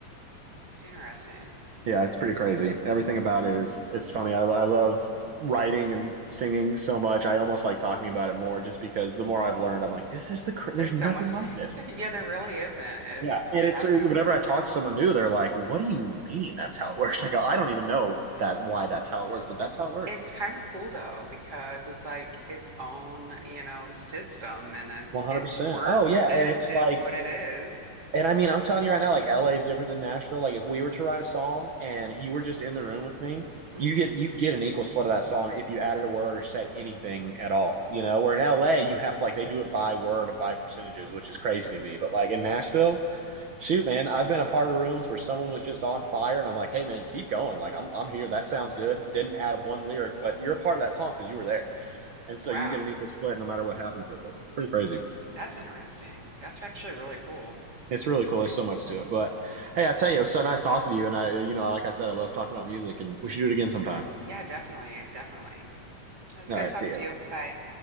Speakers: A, on the right (about 35°); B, on the right (about 65°).
A: Interesting.
B: Yeah, it's pretty crazy. Everything about it is it's funny. I, I love writing and singing so much. I almost like talking about it more just because the more I've learned, I'm like, this is the cra-
A: There's
B: there's nothing
A: so much.
B: like this.
A: <laughs> Yeah, there really isn't. It's
B: Yeah, and it's
A: definitely
B: uh, whenever
A: different.
B: I talk to someone new, they're like, "What do you mean? That's how it works?" <laughs> I go, "I don't even know that why that's how it works, but that's how it works."
A: It's kind of cool though because it's like its own, you know, system and it
B: One hundred
A: it's
B: percent.
A: works
B: Oh yeah,
A: and
B: and
A: it's
B: it's
A: is
B: like
A: what it is.
B: And I mean, I'm telling you right now, like LA is different than Nashville. Like if we were to write a song and you were just in the room with me,
A: Mm-hmm.
B: you get you get an equal split of that song if you added a word or said anything at all. You know, where in LA you have to like they do it by word and by percentages, which is crazy to me. But like in Nashville, shoot, man, I've been a part of rooms where someone was just on fire and I'm like, hey man, keep going. Like I'm I'm here. That sounds good. Didn't add one lyric, but you're a part of that song because you were there. And so
A: Wow.
B: you get an equal split no matter what happens with it. It's pretty crazy.
A: That's interesting. That's actually really cool.
B: It's really cool. There's so much to it. But hey, I tell you, it was so nice talking to you. And I, you know, like I said, I love talking about music and we should do it again sometime.
A: Yeah, definitely, definitely. It was
B: All
A: good
B: right.
A: talking
B: See ya.
A: to you. Bye.